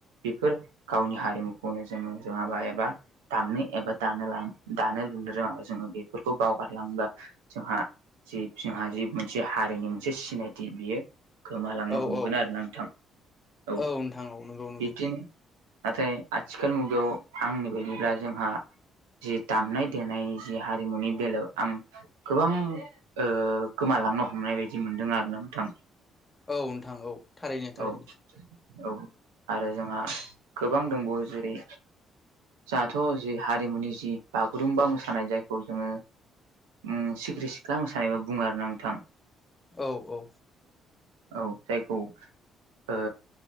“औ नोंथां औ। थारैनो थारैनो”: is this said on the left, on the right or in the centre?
Left